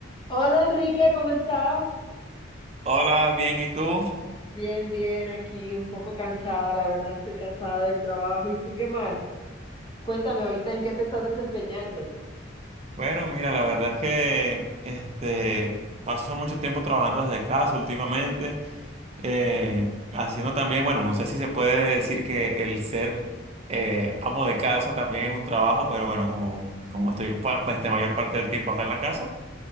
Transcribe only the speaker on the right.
Hola, bien, ¿y tú?
Bueno, mira, la verdad es que este paso mucho tiempo trabajando desde casa últimamente, eh, haciendo también, bueno, no sé si se puede decir que el ser eh, amo de casa también es un trabajo, pero bueno, como, como estoy pa- este, mayor parte del tiempo acá en la casa,